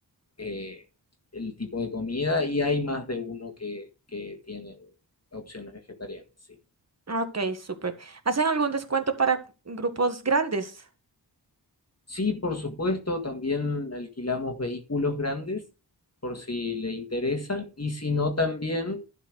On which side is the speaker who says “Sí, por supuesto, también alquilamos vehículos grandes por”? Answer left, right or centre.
Left